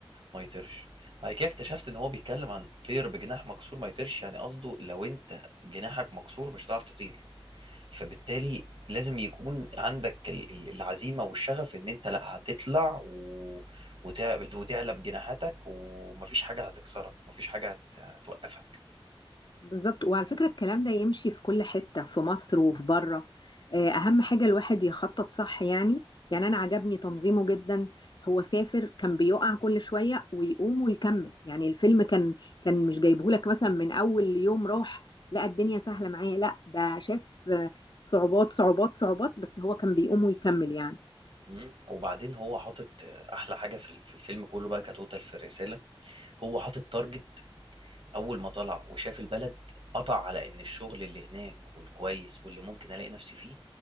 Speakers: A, on the right; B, on the left.
A: ما يطيرش بعد كده اكتشفت ان هو بيتكلم عن طير بجناح مكسور ما يطيرش يعني قصده لو انت جناحك مكسور مش هتعرف تطير فبالتالي لازم يكون عندك ال- ال- العزيمة والشغف ان انت لا هتطلع و... وتعب- وتعلب جناحاتك ومفيش حاجة هتكسرك ومفيش حاجة هت... هتوقفك
B: بالظبط وعلى فكرة الكلام ده يمشي في كل حتة في مصر وفي بره آه، أهم حاجة الواحد يخطط صح يعني يعني أنا عجبني تنظيمه جدا هو سافر كان بيقع كل شوية ويقوم ويكمل يعني الفيلم كان كان مش جايبهولك مثلا من أول يوم راح لا الدنيا سهلة معايا لا ده شاف آه، صعوبات صعوبات صعوبات بس هو كان بيقوم ويكمل يعني
A: مم. وبعدين هو حاطط آه، احلى حاجة في ال- في الفيلم كله بقى كتوتال في الرسالة هو حاطط تارجت أول ما طلع وشاف البلد قطع على إن الشغل اللي هناك والكويس واللي ممكن ألاقي نفسي فيه